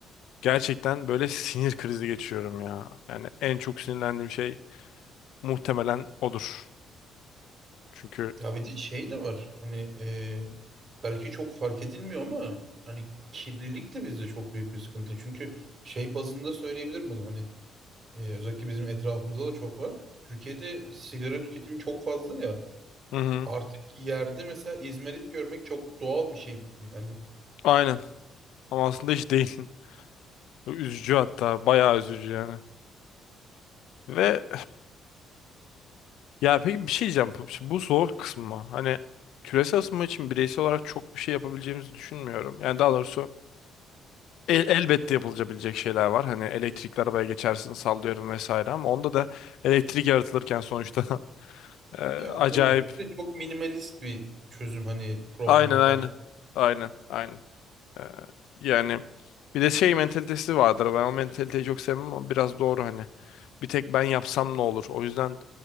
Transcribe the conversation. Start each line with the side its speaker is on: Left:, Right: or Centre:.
Left: Gerçekten böyle sinir krizi geçiriyorum ya. Yani en çok sinirlendiğim şey Muhtemelen odur. Çünkü
Right: Ya bir de şey de var hani e, belki çok fark edilmiyor ama hani kirlilik de bizde çok büyük bir sıkıntı. Çünkü şey bazında söyleyebilirim bunu hani e, özellikle bizim etrafımızda da çok var. Türkiye'de sigara tüketimi çok fazla ya
Left: hı hı,
Right: artık yerde mesela izmarit görmek çok doğal bir şey. Hani
Left: aynen. Ama aslında hiç değil. <laughs> Bu Üzücü hatta. Bayağı üzücü yani. Ve ya peki bir şey diyeceğim. Bu bu zor kısmı. Hani küresel ısınma için bireysel olarak çok bir şey yapabileceğimizi düşünmüyorum. Yani daha doğrusu el- elbette yapılabilecek şeyler var. Hani elektrikli arabaya geçersin sallıyorum vesaire ama onda da elektrik yaratılırken sonuçta <laughs> e, acayip.
Right: ya doğru bir de çok minimalist bir çözüm hani problemi
Left: Aynen aynen.
Right: kar.
Left: Aynen aynen. Ee, yani bir de şey mentalitesi vardır. Ben o mentaliteyi çok sevmem ama biraz doğru hani. Bir tek ben yapsam ne olur? O yüzden